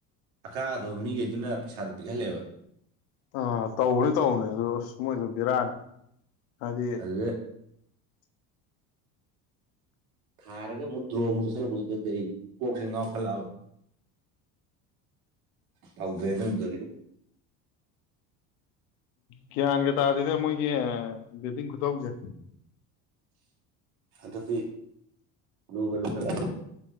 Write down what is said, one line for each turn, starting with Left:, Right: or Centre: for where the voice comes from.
Right: ꯑꯀꯥꯗꯣ ꯃꯤꯈꯩꯗꯨꯅ ꯄꯩꯁꯥꯗꯣ ꯄꯤꯛꯍꯜꯂꯦꯕ
Left: ꯑꯥ ꯇꯧꯕꯅꯤ ꯇꯧꯕꯅꯦ ꯑꯗ ꯑꯁ ꯃꯣꯏꯗꯣ ꯕꯤꯔꯥꯅꯤ ꯑꯗ
Right: ꯑꯗꯨꯗ ꯊꯥꯔꯒ ꯃꯨꯠꯇ꯭ꯔꯣ ꯑꯃꯨꯛ ꯆꯠꯁꯜꯂꯛꯄꯗꯨꯗꯤ ꯑꯩ ꯀꯣꯛꯁꯤ ꯉꯥꯎ ꯍꯠꯂꯛꯑ ꯇꯧꯗ꯭ꯔꯦ ꯅꯗꯨꯗꯒꯤꯗꯤ
Left: ꯒ꯭ꯌꯥꯟꯒ ꯇꯥꯔꯤꯗ ꯃꯣꯏꯒꯤ ꯕꯦꯗꯤꯡ ꯈꯨꯇꯧꯁꯦ
Right: ꯑꯗꯗꯤ ꯨꯒꯜ ꯐꯂꯗꯦ